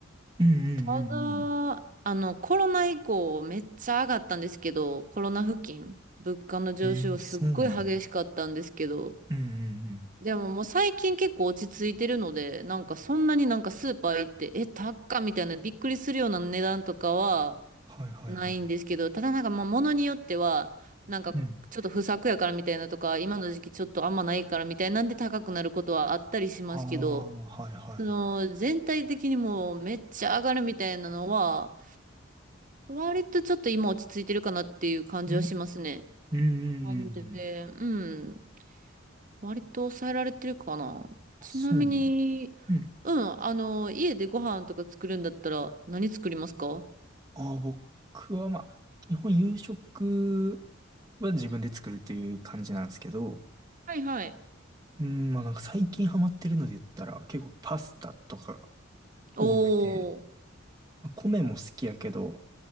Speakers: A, on the right; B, on the right.
A: うんうんうん
B: ただ、あの、コロナ以降めっちゃ上がったんですけど、コロナ付近、物価の上昇すっごい激しかったんですけど、
A: うん。ええ、そうなんや。うんうんうん。
B: でももう最近結構落ち着いてるので、なんかそんなになんかスーパー行って、え、高っみたいなびっくりするような値段とかは
A: はいはいは
B: ないんですけど、ただなんかまあ物によっては、なんかちょっと不作やからみたいなとか、
A: い。うん。
B: 今の時期ちょっとあんまないからみたいなんで高くなることはあったりしますけど、
A: ああ、はいはい。
B: その全体的にもうめっちゃ上がるみたいなのは、割とちょっと今落ち着いてるかなっていう感じはしますね。
A: うんうんうんうんうん。
B: なんで、うん。割と抑えられてるかな。
A: あそうね。
B: ちなみに、
A: うん。
B: うん、あの、家でご飯とか作るんだったら何作りますか
A: ああ、僕はまあ、基本夕食は自分で作るっていう感じなんですけど、
B: はいはい。
A: うん、まあなんか最近ハマってるので言ったら、結構パスタとか
B: おー、
A: 多くて。米も好きやけど、